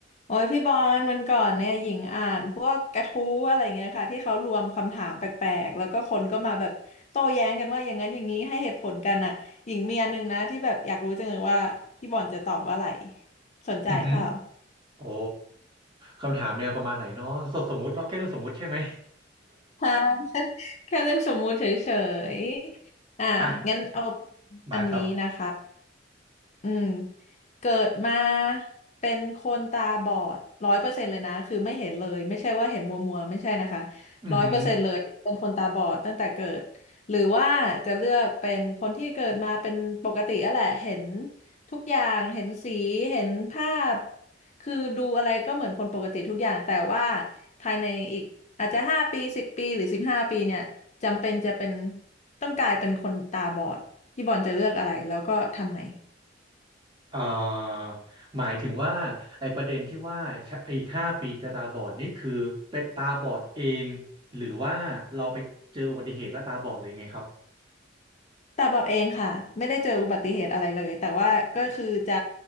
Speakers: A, on the left; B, on the right.
A: โอ้ยพี่บอลวันก่อนเนี่ยหญิงอ่านพวกกระทู้อะไรเงี้ยค่ะที่เขารวมคำถามแปลกๆแล้วก็คนก็มาแบบโต้แย้งกันว่าอย่างนั้นอย่างนี้ให้เหตุผลกันอ่ะหญิงมีอันหนึงนะที่แบบอยากรู้จังเลยว่าพี่บอลจะตอบว่าอะไรสนใจเปล่า
B: อือหือโอ้คำถามแนวประมาณไหนเนาะสสมมุติเนาะแค่เรื่องสมมุติใช่ไหม
A: ใช่ <laughs> แค่เรื่องสมมุติเฉยๆอ่ะงั้นเอา
B: <laughs> อ่ะมาครับ
A: อันนี้นะคะ อืมเกิดมาเป็นคนตาบอดร้อยเปอร์เซ็นต์เลยนะคือไม่เห็นเลยไม่ใช่ว่าเห็นมัวมัวไม่ใช่นะคะ
B: อือหือ
A: ร้อยเปอร์เซ็นต์เลยเป็นคนตาบอดตั้งแต่เกิดหรือว่าจะเลือกเป็นคนที่เกิดมาเป็นปกติอะแหละเห็นทุกอย่างเห็นสีเห็นภาพคือดูอะไรก็เหมือนคนปกติทุกอย่างแต่ว่าภายในอีกอาจจะห้าปีสิบปีหรือสิบห้าปีเนี่ยจำเป็นจะเป็นต้องกลายเป็นคนตาบอดพี่บอลจะเลือกอะไรแล้วก็ทำไม
B: เอ่อหมายถึงว่าไอ้ประเด็นที่ว่าชะไอ้ห้าปีจะตาบอดนี่คือเป็นตาบอดเองหรือว่าเราไปเจออุบัติเหตุแล้วตาบอดหรือไงครับ
A: ตาบอดเองค่ะไม่ได้เจออุบัติเหตุอะไรเลยแต่ว่าก็คือจะ